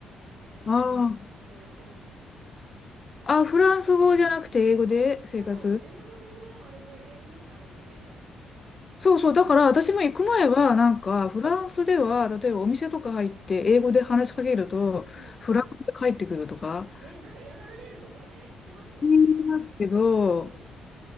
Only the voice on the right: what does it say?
なので、
なんか楽しくやってるみたいです。
そう、英語でね、割といけるみたいで、
うん。
うん。
ね、なんか嫌がられるとかね、聞きますよね。
うん。